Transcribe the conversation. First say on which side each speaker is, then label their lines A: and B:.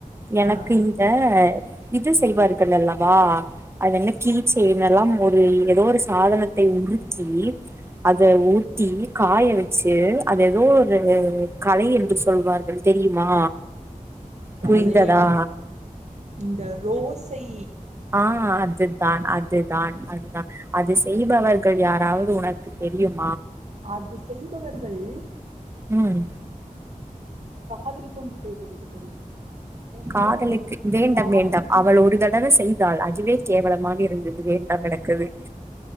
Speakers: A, on the right (about 20°); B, on the right (about 55°).
A: எனக்கு
B: ஆ
A: இந்த இது செய்வார்கள் அல்லவா அது என்ன கீச்சைன் எல்லா ஒரு ஏதோ ஒரு சாதனத்தை உறுக்கி அது
B: ம்.
A: உ த்தி காய வச்சு அத ஏதோ ஒரு கலை என்று சொல்வார்கள் தெரியுமா
B: கலையா
A: புரிந்ததா
B: இந்த ரோஸை
A: ஆ அது தான் அதுதான் தான் அது செய்பவ யாராவது உனக்கு தெரியும்
B: அது செய்பவர்கள்
A: ம்
B: காதலி கொண்டு போய் தோழிக்கு தெரியும் ஏனென்றால்
A: காதலுக்கு வேண்டாம்
B: காதலிக்கும்
A: வேண்டாம் அவள்
B: குட்
A: ஒரு தடவை செய்தாள் அதுவே கேவலமாக இருந்தது அது வேண்டாம் எனக்கது